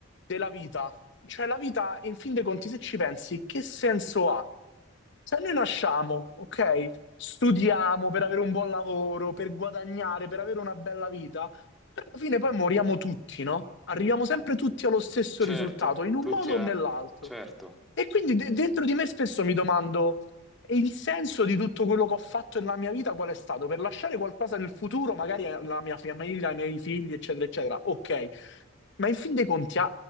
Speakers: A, on the left; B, in the centre.
A: della vita. Cioè la vita, in fin dei conti, se ci pensi, che senso ha? Se noi nasciamo, ok? Studiamo per avere un buon lavoro, per guadagnare, per avere una bella vita. Però alla fine poi moriamo tutti, no? Arriviamo sempre tutti allo stesso
B: Certo,
A: risultato, in un
B: tutti,
A: modo
B: a-
A: o nell'altro.
B: certo.
A: E quindi de- dentro di me spesso mi domando, e il senso di tutto quello che ho fatto nella mia vita qual è stato? Per lasciare qualcosa nel futuro, magari alla mia famiglia, ai miei figli, eccetera, eccetera. Ok, ma in fin dei conti, a,